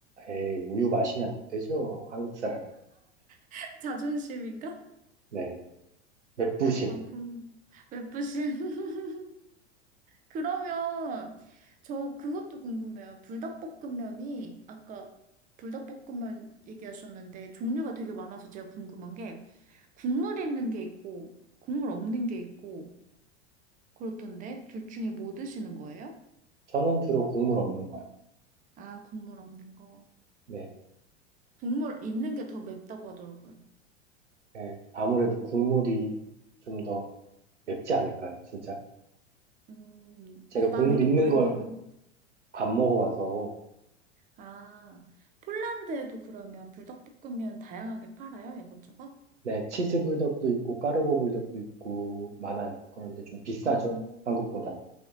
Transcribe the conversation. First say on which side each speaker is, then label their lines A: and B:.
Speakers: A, on the right (about 80°); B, on the right (about 25°).
A: 에이, 우유 마시면 안 되죠. 한국 사람.
B: <laughs> 자존심인가?
A: 네. 맵부심.
B: 아, 그럼 맵부심. <laughs> 그러면 저 그것도 궁금해요. 불닭볶음면이 아까 불닭볶음면 얘기하셨는데 종류가 되게 많아서 제가 궁금한 게 국물 있는 게 있고 국물 없는 게 있고 그렇던데 둘 중에 뭐 드시는 거예요?
A: 저는 주로 국물 없는 거요.
B: 아, 국물 없는 거.
A: 네.
B: 국물 있는 게 더 맵다고 하더라고요.
A: 네. 아무래도 국물이 좀 더 맵지 않을까요? 진짜?
B: 음,
A: 제가
B: 입안에
A: 국물 있는
B: 더 오래
A: 걸
B: 남은.
A: 안 먹어봐서.
B: 아, 폴란드에도 그러면 불닭볶음면 다양하게 팔아요? 이것저것?
A: 네. 치즈 불닭도 있고, 까르보 불닭도 있고, 많아요. 그런데 좀 비싸죠.
B: 어,
A: 한국보단.